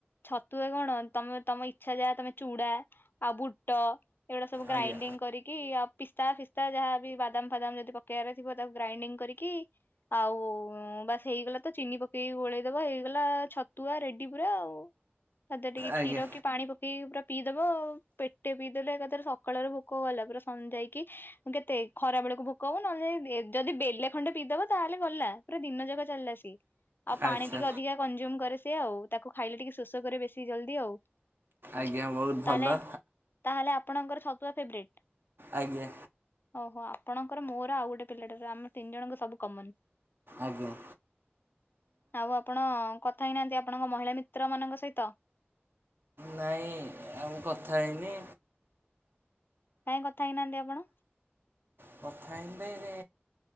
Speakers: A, on the left; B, on the right.
A: ଛତୁ କଣ ତମେ ତମ ଇଚଛା ଯାହା ତମେ ଚୁଡା ଆଉ ବୁଟ? ଏଗୁଡା ସବୁ ଗ୍ରାଇଣ୍ଡିଙ୍ଗ
B: ଆଜ୍ଞା
A: କରିକି ଆ ପିସ୍ତା ଫିସ୍ତା ଯାହାବି ବାଦାମ ଫାଦାମ ଯଦି ପକେଇବାର ଥିବ ତାକୁ ଗ୍ରାଇଣ୍ଡିଙ୍ଗ କରିକି ଆଉ ବାସ ହେଇଗଲା ତ ଚିନି ପକେଇକି ଗୋଳେଇଦବ ହେଇଗଲା ଛ ତୁ ଆ ରେଡି ପୁରା ଆଉ ଟିକେ
B: ଆଜ୍ଞା
A: କ୍ଷୀର କି ପାଣି ପକେଇକି ପୁରା ପିଇଦବ ପେଟେ ପିଇଦେଲେ ଏକାଥରେ ସକାଳର ଭୋକଗଲା ପୁରା ସନ୍ଧ୍ୟା ହେକି କେତେ ଖରାପ ଯାହାକୁ ଭୋକ ହେବ ନ ହେଲୋ ଯଦି ବେଲେ ଖଣ୍ଡେ ପିଇଦବ ତା ହେଲେ ଗଲା ପୁରା ଦିନ ଯାକ ଚାଲିଲା ସିଏ। ଆଉ ପାଣି
B: ଆଚ୍ଛା
A: ଟିକେ ଅଧିକା କନଜୁମ୍ କରେ ସେିଏ ଆଉ ତାକୁ ଖାଇଲେ ଟିକେ ଶୋଷ କରେ ବେଶୀ ଜଲଦି ଆଉ।
B: ଆଜ୍ଞା ବହୁତ ଭଲ।
A: ତାହେଲେ ତାହେଲେ ଆପଣଙ୍କର ଛତୁଆ ଫେବ୍ରଟ୍
B: ଆଜ୍ଞା।
A: ଓହୋ ଆପଣଙ୍କର ମୋର ଆଉ ଗୋଟେ ପିଲାଟ ଆମର ତିନି ଜଣଙ୍କ ସବୁ କମନ।
B: ଆଜ୍ଞା।
A: ଆଉ ଆପଣ କଥା ହେଇନାହାନ୍ତି। ଆପଣଙ୍କ ମହିଳା ମିତ୍ର ମାନଙ୍କ ସହିତ।
B: ନାଇଁ ଆଉ କଥା ହେଇନି।
A: କାହିଁ କଥା ହେଇନାହାନ୍ତି ଆପଣ
B: କଥା ହେଇନି